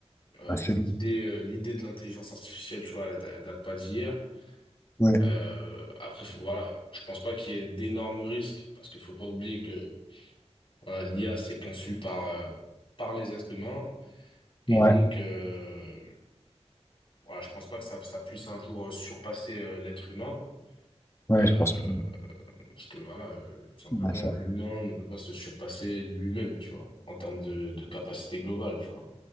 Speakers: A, on the left; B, on the left.
A: euh,
B: ouais, c'est
A: l'idée
B: bon.
A: euh, l'idée de l'intelligence artificielle, tu vois, elle, elle date pas d'hier.
B: Ouais,
A: Euh, après, faut, voilà, je pense pas qu'il y ait d'énormes risques parce qu'il faut pas oublier que voilà, l'IA c'est conçu par euh, par les êtres humains et
B: ouais,
A: donc Euh, Voilà, je pense pas que ça, ça puisse un jour euh, surpasser euh, l'être humain,
B: ouais,
A: euh,
B: je pense que
A: parce que voilà, euh, tout simplement,
B: ouais, ça-
A: l'humain ne peut pas se surpasser lui-même, tu vois, en termes de, de capacité globale, tu vois.